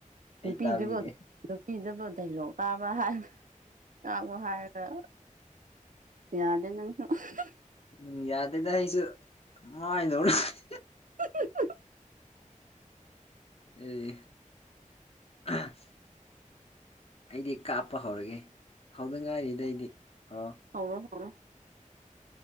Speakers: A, on the left (about 45°); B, on the right (about 75°).
A: ꯑꯩ
B: ꯅꯨꯄꯤꯗꯨꯕꯨ
A: ꯇꯥꯕꯤꯒꯦ
B: ꯅꯨꯄꯤꯗꯨꯕꯨ <unintelligible> ꯀꯥꯕ ꯍꯥꯏꯕ ꯇꯥꯛꯑꯣ ꯍꯥꯏꯔꯒ ꯌꯥꯗꯦ ꯅꯪ <unintelligible>
A: ꯎꯝ ꯌꯥꯗꯦꯗ ꯑꯩꯁꯨ ꯃꯥꯥꯏ <unintelligible>
B: <unintelligible>
A: ꯑꯦ <unintelligible> ꯑꯩꯗꯤ ꯀꯥꯞꯄ ꯍꯧꯔꯒꯦ ꯍꯧꯗ ꯉꯥꯏꯔꯤꯗ ꯑꯩꯗꯤ ꯑꯣ
B: ꯍꯧꯔꯣ ꯍꯧꯔꯣ